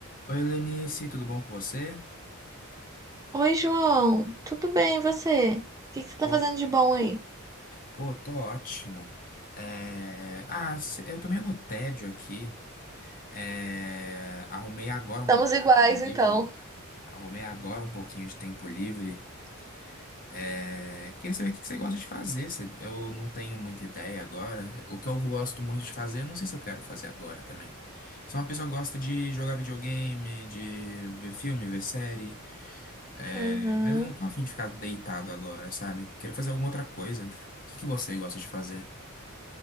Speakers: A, on the left; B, on the right.
A: Oi, Lenice, tudo bom com você?
B: Oi, João. Tudo bem, e você? O que que você tá
A: Pô,
B: fazendo de bom aí?
A: pô, tô ótimo. É, Ah, se- eu tô meio no tédio aqui. É, Arrumei agora
B: Estamos
A: um pouco de
B: iguais,
A: tempo
B: então.
A: livre. Arrumei agora um pouquinho de tempo livre. É, Queria saber o que que você gosta de fazer. se- Eu não tenho muita ideia agora. O que eu gosto muito de fazer, eu não sei se eu quero fazer agora também. Sou uma pessoa que gosta de jogar videogame, de ver filme, ver série. É,
B: Uhum.
A: mas eu não tô afim de ficar deitado agora, sabe? Quero fazer alguma outra coisa. O que que você gosta de fazer?